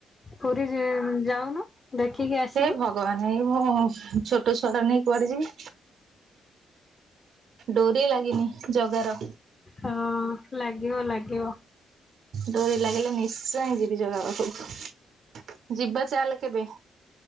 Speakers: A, on the left (about 25°); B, on the right (about 70°).
A: ପୁରୀ ଜି ଯାଉନୁ। ଦେଖିକି ଆସିବୁ
B: ହେ ଭଗବାନ ଏଇ ମୋ ଛୋଟ ଛୁଆଟାକୁ ନେଇ କୁଆଡେ ଯିବି। ଡୋରି ଲାଗିନି ଜଗାର।
A: ହଁ ଲାଗିବ ଲାଗିବ।
B: ଡୋରି ଲାଗିଲେ ନିଶ୍ଚୟ ଯିବି ଜଗା ପାଖକୁ ଯିବା ଚାଲ କେବେ।